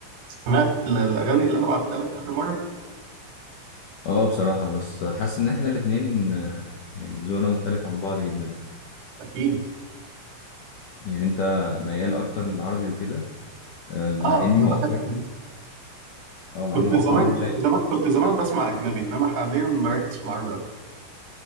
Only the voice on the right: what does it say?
سمعت ال- الاغاني اللي انا بعتها لك اخر مره
اكيد
اه
انا
بحب
كنت
زمان كنت
زمان كنت زمان بسمع اجنبي انما حاليا بركز في العربي اكتر